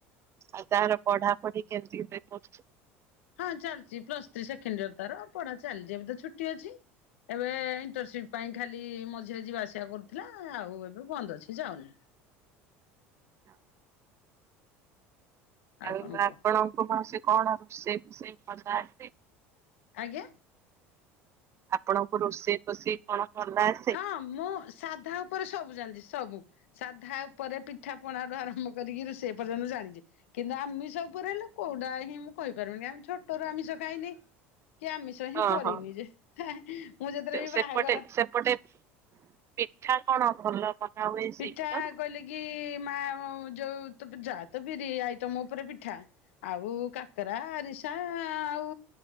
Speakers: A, on the right; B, on the left.
A: ଆଉ ତାର ପଢାପଢି କେମିତି <unintelligible>
B: ହଁ ଚାଲିଛି ପ୍ଲସଥ୍ରୀ ସେକେଣ୍ଡଇୟର ତାର ପଢା ଚାଲିଛି ଏବେ ତ ଛୁଟି ଅଛି। ଏବେ ଇଣ୍ଟରନସିପ ପାଇଁ ଖାଲି ମଝିରେ ଯିବା ଆସିବା କରୁଥିଲା ଆଉ ଏବେ ବନ୍ଦ ଅଛି ଯାଉନି।
A: ହଁ। ଆଉ
B: କଣ
A: ଆପଣଙ୍କୁ
B: କୁହନ୍ତୁ
A: ସେ କଣ ରୋଷେଇ ବୋସେଇ ଭଲ ଆସ।
B: ଆଜ୍ଞା।
A: ଆପଣଙ୍କୁ ରୋଷେଇ ଫୋଷେଇ କଣ କଲା ଆସେ?
B: ହଁ ମୁଁ ସାଧା ଉପରେ ସବୁ ଜାନ୍ତି ସବୁ। ସାଧା ଉପରେ ପିଠା ପଣାଠୁ ଆରମ୍ଭ କରିକି ରୋଷେଇ ଏ ପର୍ଯ୍ୟନ୍ତ ଜାଣିଛି। କିନ୍ତୁ ଆମିଷ ଉପରେ ହେଲେ କୋଉଟା ହିଁ ମୁଁ କହିପାରୁନି ଛୋଟରୁ ଆମିଷ କାହିଁନି। କି ଆମ ମିଶଣ ହିଁ
A: ଓହୋ
B: କରିନି ଯେ ମୁଁ ଯେତେବେଳେ ବି
A: ସେପଟେ
B: ବାହାଘର
A: ସେପଟେ ପିଠା କଣ ଭଲ ବନା ହୁଏ
B: ପିଠା
A: ସେଇପଟେ
B: କହିଲେ କି ମା ଯୋଉ ତ ଯା ତ ବିରି ଆଇ ତମ ଉପରେ ପିଠା। ଆଉ କାକରା ଆରିସା ଆଉ।